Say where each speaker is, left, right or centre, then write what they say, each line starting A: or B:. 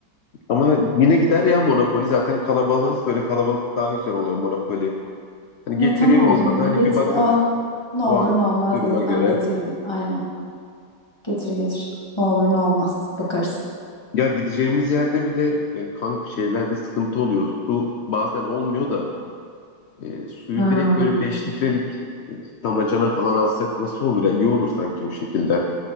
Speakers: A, on the left; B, on the left.
A: ama yine gider ya Monopoly. Zaten kalabalığız. Böyle kalabalık daha güzel oluyor Monopoly. Hani
B: E,
A: getireyim
B: tamam
A: olmadı.
B: o zaman
A: Hani
B: getir.
A: bir bakarız
B: O, ne olur
A: o an
B: ne olmaz
A: duruma
B: diye sen
A: göre.
B: getirin. Aynen getir getir. Ne olur ne olmaz bakarız.
A: Ya gideceğimiz yerde bir de e, kanka şeylerde sıkıntı oluyor. Su bazen olmuyor da e, suyu
B: Hmm.
A: direkt böyle 5 litrelik e, damacana falan alsak nasıl olur ya? İyi olur sanki o şekilde.